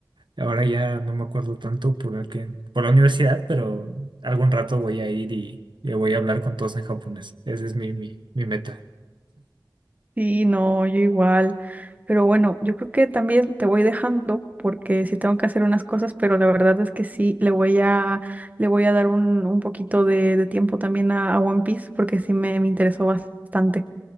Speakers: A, on the right (about 85°); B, on the right (about 20°).
A: Ahora ya no me acuerdo tanto por el que, por la universidad, pero algún rato voy a ir y, y voy a hablar con todos en japonés. ese es mi, mi, mi meta.
B: Sí, no, yo igual. Pero bueno, yo creo que también te voy dejando porque sí tengo que hacer unas cosas, pero la verdad es que sí, le voy a, le voy a dar un, un poquito de, de tiempo también a, a One Piece porque sí me, me interesó bastante.